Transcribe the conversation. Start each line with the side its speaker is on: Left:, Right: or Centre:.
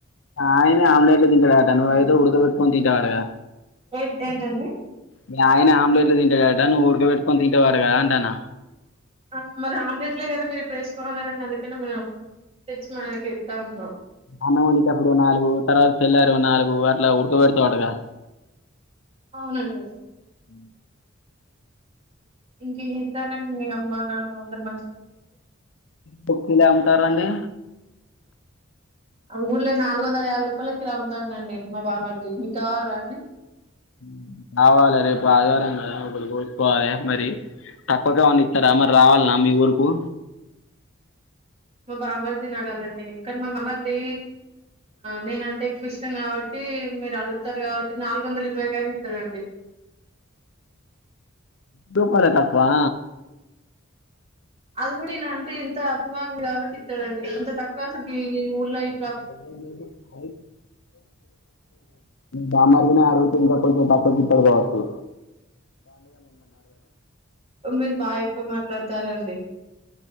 Left: ఆయన ఆమ్లెట్లు తింటాడు ఆట నువ్వవుైతే ఉడకబెట్టుకని తింటావాడుగా
Right: ఏంటి ఏంటండి
Left: మీ ఆయన ఆమ్లట్ తింటాడట నువ్వు ఉడకెట్టుకొని తింటవాట గా అంటాన్న
Right: ఆ మరి ఆమ్లెట్లే కదా మీరు ఇప్పుడు వేసుకోన్నని అందుకనే మెంట్ తెంచి ఆయనకి ఇస్తా ఉన్నాం
Left: అన్నం వండుతప్పుడు నాలుగు తరాజ్ తెల్లరు నాలుగు అట్లా ఉడకబెడతా ఆటగా
Right: అవునండి
Left: అ
Right: ఇంక ఏం ఏస్తారాండి మీ అమ్మ నాన్న అందరూ
Left: బుక్కలేంటారంండి
Right: ఆ ఊళ్ళ నాలుగు వందల యాభై రూపాయల కిలో అమ్తాండి మా బామది మీకు కావాలా అండి
Left: హుం కావాలే రేపు ఆదివారం కదా ఒకటి కోసుకోవాలే మరి తక్కువకేమన్న ఇస్తారా మరి రావాలన్నా మీ ఊరుకు
Right: మా బామర్ది నాగదండి ఇంకా కానీ మా బమర్ది నేన అంటే ఎక్కువ ఇష్టం కాబట్టి మీరు అడుగుతారు కాబట్టి నాలుగు వందలు ఇరవైకిైనా ఇస్తారంండి
Left: దూపర తక్కువా
Right: అది కూడా ఇనా అంటే ఇంత మీ మామే కాబట్టి ఇత్తడండి బస్ <unintelligible> ల్లయి
Left: <inaudible> బామర్దినే అడుగుతే ఇంకా కొంచెం తక్కువ కి ఇత్తడు కాబట్టి
Right: మీరు బాగ్ ఎక్కువ మాట్లాడుత్ స్తారండి